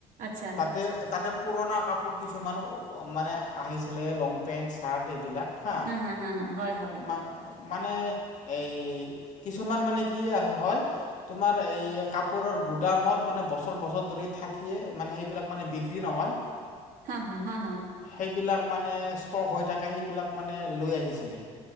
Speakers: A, on the right; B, on the left.
A: আচ্ছা
B: তাতে তাতে পুৰণা কাপোৰ কিছুমান মানে আহিছিলে লং পেণ্ট চাৰ্ট এইবিলাক হা
A: হা-হা - হা -হা হয়-হয়।
B: মা মানে এই কিছুমান মানে হিএ হয় তোমাৰ এই কাপোৰৰ গুদামত মানে বছৰ বছৰ ধৰি থাক দিয়ে মানে সেইবিলাক মানে বিক্ৰী নহয়
A: হা হা হা হা।
B: সেইবিলাক মানে ষ্টক হৈ থাকে সেইবিলাক মানে লৈ আহিছিলে।